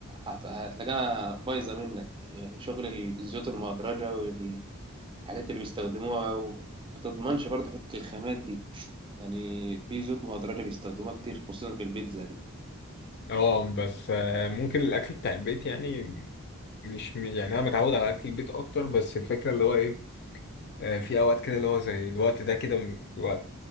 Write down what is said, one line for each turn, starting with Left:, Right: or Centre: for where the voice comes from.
Right: هت- هتلاقيها بايظه منك يعني شغل الزيوت المهدرجه والحاجات اللي بيستخدموها وما تضمنش برضه حته الخامات دي يعني في زيوت مهدرجه بيستخدموها كتير خصوصا في البيتزا دي
Left: اه بس آه، ممكن الاكل بتاع البيت يعني مش م- يعني انا متعود على اكل البيت اكتر بس الفكره اللي هو ايه آه، في اوقات كده اللي هو زي الوقت ده كده من الوقت